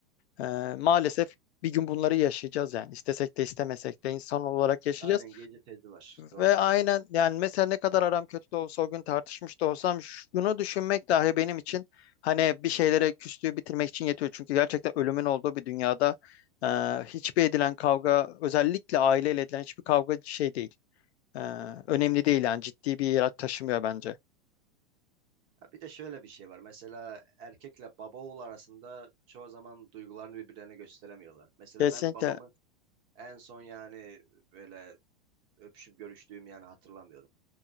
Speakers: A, on the left (about 85°); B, on the right (about 15°).
A: e, maalesef bir gün bunları yaşayacağız yani. İstesek de istemesek de insan olarak yaşayacağız.
B: Aynen gece tezi var. Doğru.
A: Ve aynen yani mesela ne kadar aram kötü de olsa o gün tartışmış da olsam şunu düşünmek dahi benim için hani bir şeylere küslüğü bitirmek için yetiyor. Çünkü gerçekten ölümün olduğu bir dünyada e, hiçbir edilen kavga özellikle aileyle edilen hiçbir kavga şey değil. E, önemli değil yani ciddi bir yer taşımıyor bence.
B: Ha, bir de şöyle bir şey var. Mesela erkekle baba oğul arasında çoğu zaman duygularını birbirlerine gösteremiyorlar. Mesela
A: Kesinlikle
B: ben babamı en son yani böyle öpüşüp görüştüğüm yani hatırlamıyorum.